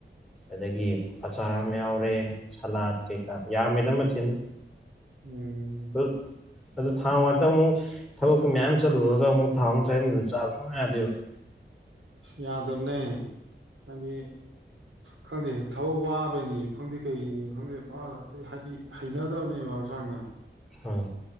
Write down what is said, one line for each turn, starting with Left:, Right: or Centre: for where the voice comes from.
Centre: ꯑꯗꯒꯤ ꯑꯆꯥꯔ ꯑꯃ ꯌꯥꯎꯔꯦ ꯁꯂꯥꯠ ꯀꯩꯀꯥ ꯌꯥꯝꯃꯦꯗ ꯃꯊꯦꯟꯗꯣ
Right: ꯎꯝ
Centre: ꯑꯗꯨ ꯑꯗꯨ ꯊꯥ <unintelligible> ꯑꯃꯨꯛ ꯊꯕꯛꯇꯨ ꯃꯌꯥꯝ ꯆꯠꯂꯨꯔꯒ ꯑꯃꯨꯛ ꯊꯥꯎ ꯑꯃ <unintelligible> ꯆꯥꯕ ꯁꯨꯨꯡꯌꯥ ꯌꯥꯗꯦꯕ
Right: ꯌꯥꯗꯕꯅꯦ ꯍꯥꯏꯗꯤ ꯈꯪꯗꯦ ꯊꯕꯛ ꯋꯥꯕꯩꯅꯤꯁꯨ ꯈꯪꯗꯦ ꯀꯩꯒꯤꯅꯤꯁꯨ ꯈꯪꯗꯦ ꯄꯨꯔꯥ ꯍꯥꯏꯗꯤ ꯍꯩꯅꯗꯕꯅꯦꯕ ꯍꯛꯆꯥꯡꯖꯦ ꯌꯥꯝ
Centre: ꯎꯝ